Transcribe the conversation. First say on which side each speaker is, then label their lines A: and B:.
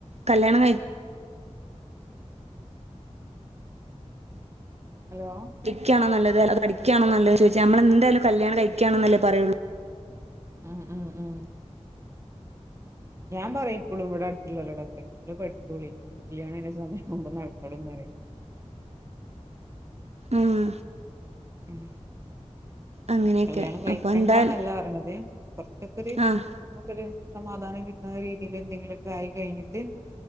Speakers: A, on the right (about 65°); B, on the right (about 25°).
A: കല്യാണം കയ്
B: ഹലോ
A: ടിക്കാണോ നല്ലത് അതൊ അടിക്കാണോ നല്ലത് ചോദി - ഞമ്മൾ എന്താലും കല്യാണം കഴിക്കാണ് ന്നല്ലേ പറയുള്ളൂ
B: ഉം ഉം ഉം ഞാൻ പറയും എപ്പളും ഇവടെ അടുത്തുള്ളോരോടൊക്കെ നിങ്ങള് പഠിച്ചോളി കല്യാണം ഐൻ്റെ സമയ- മുമ്പ നടന്നോളും ന്ന് പറയും
A: ആഹ്
B: ഉം
A: അങ്ങനെയൊക്കെ
B: കല്യാണം കഴിക്കണ്ടാന്നല്ല
A: അപ്പൊ എന്തായാലും
B: പറഞ്ഞത് കൊറച്ചൊക്കെരു
A: ആഹ്
B: നമുക്കൊരു - സമാധാനം കിട്ടുന്ന രീതിയിൽ എന്തെങ്കിലൊക്കെ ആയി കഴിഞ്ഞിട്ട്-